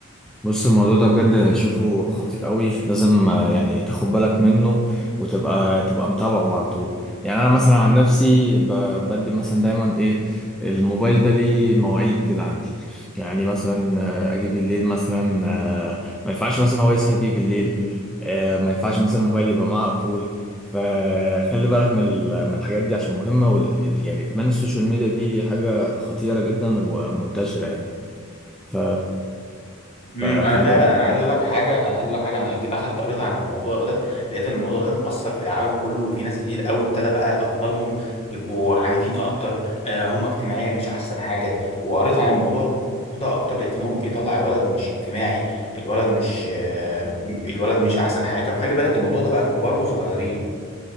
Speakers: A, in the centre; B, on the left (about 30°).
A: بص الموضوع ده بجد شوفه خطير قوي لازم آه، يعني تاخد بالك منه وتبقى تبقى متابعه على طول يعني انا مثلا عن نفسي ب- بدي مثلا دايما ايه الموبايل ده ليه مواعيد كده عندي يعني مثلا آه، اجي بالليل مثلا آه، ما ينفعش مثلا هو يسهر بيه بالليل آه، ما ينفعش مثلا الموبايل يبقى معاه على طول فخلي بالك من ال- من الحاجات دي عشان مهمة وال... يعني ادمان السوشيال ميديا دي حاجة خطيرة جدا ومنتشرة يعني ف
B: امم
A: ف- فانت
B: انا فعلا انا عايز اقول لك حاجه انا عايز اقول لك حاجه انا جيت دخلت قريت عن الموضوع ده لقيت ان الموضوع ده مأثر في العالم كله وفي ناس كتير قوي ابتدى بقى اطفالهم يبقوا عنيفين اكتر آه هم اجتماعيا مش احسن حاجه وقريت عن الموضوع ده اكتر لقيت ان هو ممكن يطلع الولد مش اجتماعي الولد مش آه الولد مش احسن حاجه وخلي بالك الموضوع ده بقى كبار وصغيرين